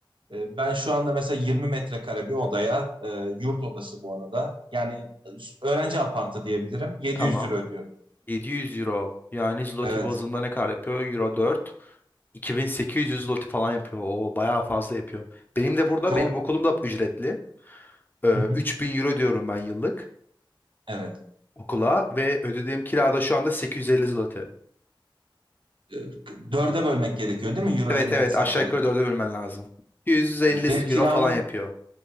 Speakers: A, on the right; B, on the left.
A: E, ben şu anda mesela 20 metrekare bir odaya, e, yurt odası bu arada. Yani öğrenci apartı diyebilirim. 700
B: Tamam.
A: euro ödüyorum.
B: 700 euro. Yani zloty
A: Evet.
B: bazında ne kadar yapıyor? Euro 4. 2800 loti falan yapıyor. O bayağı fazla yapıyor. Benim de burada
A: Çok.
B: benim okulum da ücretli. Ee,
A: Hı hı.
B: 3000 euro diyorum ben yıllık
A: Evet.
B: okula ve ödediğim kirada şu anda 850 zloty.
A: e, dörde bölmek gerekiyor değil mi? Euro
B: Evet
A: ile
B: evet
A: hesaplayıp.
B: aşağı yukarı dörde bölmen lazım. 250 euro
A: Evet. Benim kiramın
B: falan yapıyor.